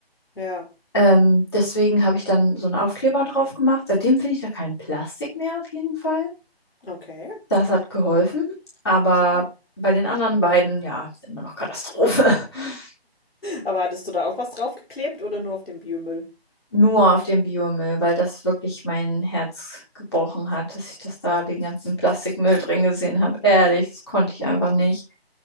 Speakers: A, on the left; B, on the left.
A: Ja,
B: Ähm, deswegen habe ich dann so einen Aufkleber drauf gemacht. Seitdem finde ich da kein Plastik mehr auf jeden Fall.
A: okay,
B: Das hat geholfen, aber
A: super.
B: bei den anderen beiden, ja, ist immer noch Katastrophe. <laughs>
A: Aber hattest du da auch was draufgeklebt oder nur auf dem Biomüll?
B: Nur auf dem Biomüll, weil das wirklich mein Herz gebrochen hat, dass ich das da den ganzen Plastikmüll drin gesehen habe. Ehrlich, das konnte ich einfach nicht.